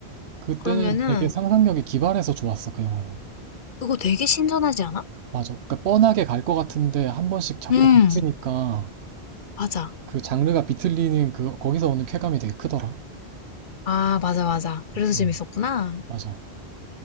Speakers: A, on the right; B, on the left.
A: 그때는
B: 그러면은
A: 되게 상상력이 기발해서 좋았어, 그 영화는.
B: 그거 되게 신선하지 않아?
A: 맞아. 그러니까 뻔하게 갈 것 같은데 한 번씩 자꾸
B: 응,
A: 비트니까
B: 맞아.
A: 그 장르가 비틀리는 그 거기서 오는 쾌감이 되게 크더라.
B: 아, 맞아, 맞아. 그래서 재밌었구나.
A: 음, 맞아.